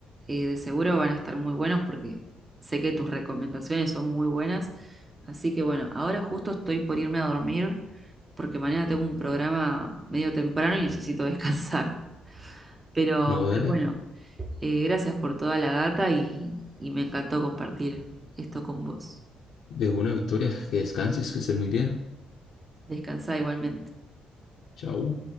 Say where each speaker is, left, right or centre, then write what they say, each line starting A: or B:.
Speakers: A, on the right; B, on the left.
A: Eh, de seguro van a estar muy buenos porque sé que tus recomendaciones son muy buenas. Así que bueno, ahora justo estoy por irme a dormir porque mañana tengo un programa medio temprano y necesito <laughs> descansar. Pero,
B: No, dale,
A: pero bueno, eh, gracias por toda la data y, y me encantó compartir esto con vos.
B: de una victoria, que descanses, que estén muy bien.
A: Descansá igualmente.
B: Chao.